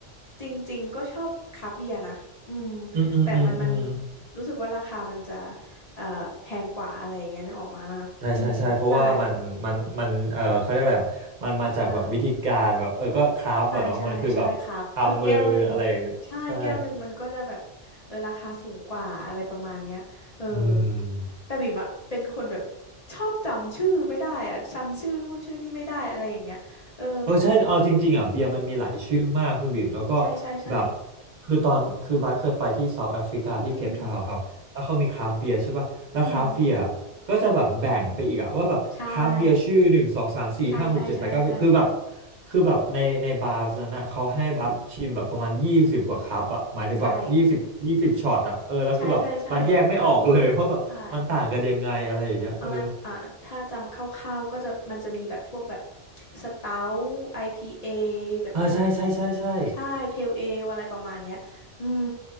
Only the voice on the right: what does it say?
อืมอืมอืมอืม
ใช่ใช่ใช่เพราะว่ามันมันมันเออเขาเรียกอะไรอะมันมาจากแบบวิธีการแบบเออก็คราฟต์อะเนาะมันคือแบบทำมืออะไรอย่างเงี้ยใช่
อืม
เออใช่เอาจริงๆอ่ะเบียร์มันมีหลายชื่อมากคุณบิ่มแล้วก็
แบบคือตอนคือบาสเคยไปที่เซาท์แอฟริกาที่เคปทาวน์ครับแล้วเขามีคราฟต์เบียร์ใช่ป่ะแล้วคราฟต์เบียร์
ก็จะแบบแบ่งไปอีกอะว่าแบบคราฟต์เบียร์ชื่อหนึ่งสองสามสี่ห้าหกเจ็ดแปดเก้าสิบคือแบบ
คือแบบในในบาร์นั้นนะเขาให้บัสชิมแบบประมาณยี่สิบกว่าคัพอะหมายถึงแบบยี่สิบยี่สิบช็อตอะเออแล้วคือแบบบัสแยกไม่ออกเลยว่าแบบมันต่างกันยังไงอะไรอย่างเงี้ยเออ
เออใช่ใช่ใช่ใช่